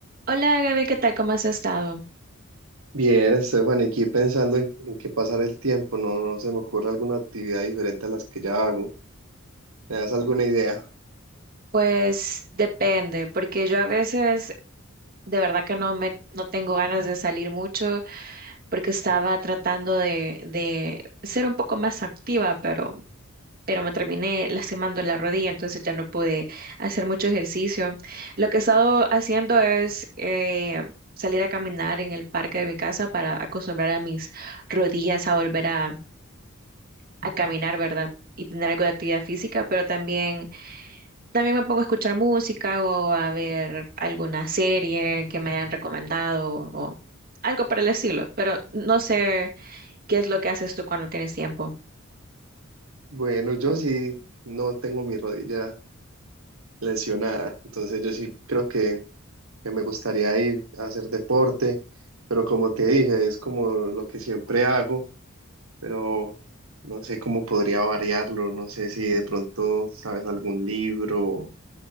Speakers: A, on the right (about 45°); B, on the right (about 80°).
A: Hola Gaby, ¿qué tal? ¿Cómo has estado?
B: Bien, Estefan, aquí pensando en, en qué pasar el tiempo, no, no se me ocurre alguna actividad diferente a las que ya hago. ¿Me das alguna idea?
A: Pues depende, porque yo a veces de verdad que no me no tengo ganas de salir mucho porque estaba tratando de, de ser un poco más activa, pero, pero me terminé lastimando la rodilla, entonces ya no pude hacer mucho ejercicio. Lo que he estado haciendo es eh, salir a caminar en el parque de mi casa para acostumbrar a mis rodillas a volver a, a caminar, ¿verdad? Y tener algo de actividad física, pero también También me pongo a escuchar música o a ver alguna serie que me hayan recomendado o algo por el estilo, pero no sé qué es lo que haces tú cuando tienes tiempo.
B: Bueno, yo sí no tengo mi rodilla lesionada, entonces yo sí creo que, que me gustaría ir a hacer deporte, pero como te dije, es como lo que siempre hago, pero no sé cómo podría variarlo, no sé si de pronto sabes algún libro